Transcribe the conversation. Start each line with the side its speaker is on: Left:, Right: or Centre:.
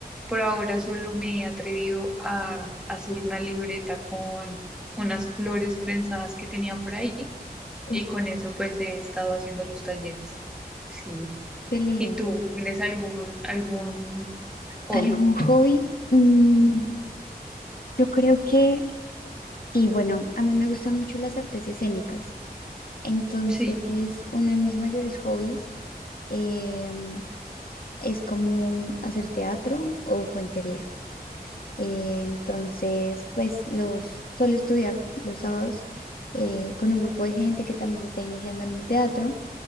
Centre: Por ahora solo me he atrevido a hacer una libreta con unas flores prensadas que tenía por ahí
Left: Uf,
Centre: y con eso pues he estado haciendo los talleres. Sí.
Left: Qué lindo.
Centre: ¿Y tú tienes algún algún hobby?
Left: ¿Algún hobby? Mm, Yo creo que sí, bueno, a mí me gustan mucho las artes escénicas. Entonces,
Centre: Sí.
Left: uno de mis mayores hobbies em, es como hacer teatro o cuentería. Eh, entonces, pues los suelo estudiar los sábados eh, con un grupo de gente que también se está iniciando en el teatro.